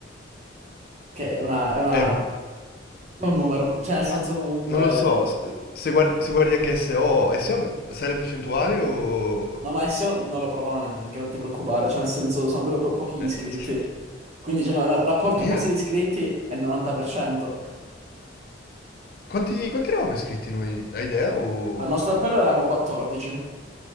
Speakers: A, on the right; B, on the left.
A: che è, una- è una-
B: È un...
A: è un numero,
B: mm,
A: cioè nel senso
B: ah,
A: comunque...
B: non lo so,
A: mh,
B: se, se guardi, se guardi anche SO, SO, sai la percentuale o...
A: No, ma adesso non lo provano neanche, non ti preoccupare, cioè nel senso sono proprio po- pochi gli
B: Eh,
A: iscritti.
B: <laughs> cioè,
A: Quindi diciamo, il rapporto
B: ma io-
A: passati iscritti è il 90%.
B: quanti, quanti eravamo iscritti noi? Hai idea o...
A: Al nostro appello eravamo 14